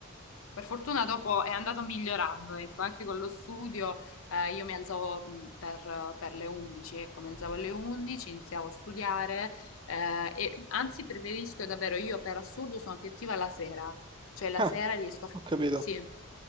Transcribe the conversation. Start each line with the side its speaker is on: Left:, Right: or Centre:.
Left: per fortuna dopo è andato migliorando, ecco, anche con lo studio, eh, io mi alzavo mh, per, per le 11, ecco, mi alzavo alle 11, iniziavo a studiare, eh, e anzi preferisco davvero, io per assurdo sono più attiva la sera, cioè la
Right: Ah,
Left: sera riesco a fare...
Right: ho capito.
Left: Sì.